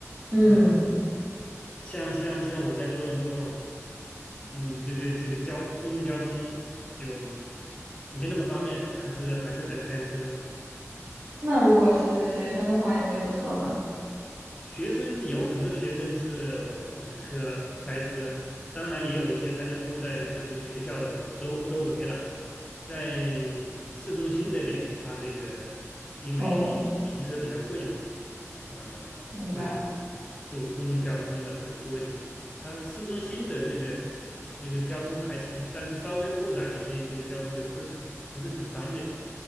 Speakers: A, on the right (about 85°); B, on the left (about 20°).
A: 嗯，
B: 啊，像像像我在多伦多嘛，嗯，这个这个交公共交通就没那么方便，还是还是得开车。
A: 那如果是学生的话，也会有车吗？
B: 学生有很多学生是买车、开车，当然也有一些他就住在就是学校的周周围了，在市中心那边，他这个因为停车比较贵嘛，
A: 哦，
B: 呃，
A: 明白了。
B: 所以坐公共交通的会多一点。它市中心的那个那个交通还行，但是稍微扩展一些，这个交通就不是很不是挺方便，